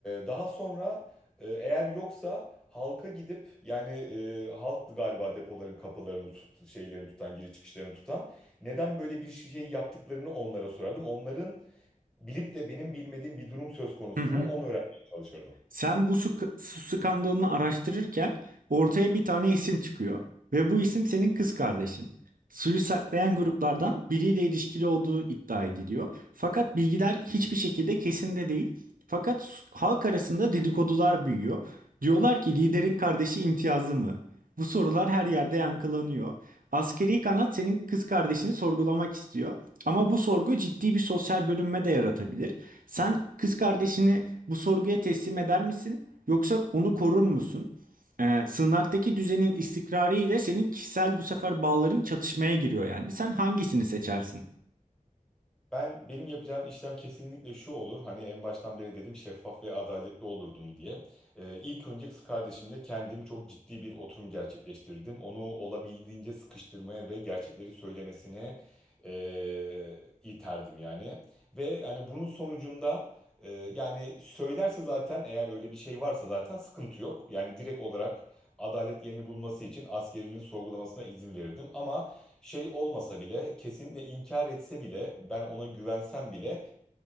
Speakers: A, in the centre; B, on the right (about 80°).
A: daha sonra e, eğer yoksa halka gidip yani e, halk galiba depoların kapılarını tut, şeylerini tutan giriş çıkışlarını tutan neden böyle bir şey yaptıklarını onlara sorardım. Onların bilip de benim bilmediğim bir durum söz konusu
B: Hı hı.
A: mu onu öğrenmeye çalışırdım.
B: Sen bu su, su skandalını araştırırken ortaya bir tane isim çıkıyor ve bu isim senin kız kardeşin. Suyu saklayan gruplardan biriyle ilişkili olduğu iddia ediliyor. Fakat bilgiler hiçbir şekilde kesin de değil. Fakat s- halk arasında dedikodular büyüyor. Diyorlar ki liderin kardeşi imtiyazlı mı? Bu sorular her yerde yankılanıyor. Askeri kanat senin kız kardeşini sorgulamak istiyor. Ama bu sorgu ciddi bir sosyal bölünme de yaratabilir. Sen kız kardeşini bu sorguya teslim eder misin? Yoksa onu korur musun? Ee, sığınaktaki düzenin istikrarı ile senin kişisel bu sefer bağların çatışmaya giriyor yani. Sen hangisini seçersin?
A: Ben benim yapacağım işlem kesinlikle şu olur. Hani en baştan beri dedim şeffaf ve adaletli olurdum diye. Ee, ilk önce kız kardeşimle kendim çok ciddi bir oturum gerçekleştirdim. Onu olabildiğince sıkıştırmaya ve gerçekleri söylemesine eee iterdim yani. Ve hani bunun sonucunda eee, yani söylerse zaten eğer öyle bir şey varsa zaten sıkıntı yok. Yani direkt olarak adalet yerini bulması için askerinin sorgulamasına izin verirdim. Ama şey olmasa bile kesinlikle inkar etse bile ben ona güvensem bile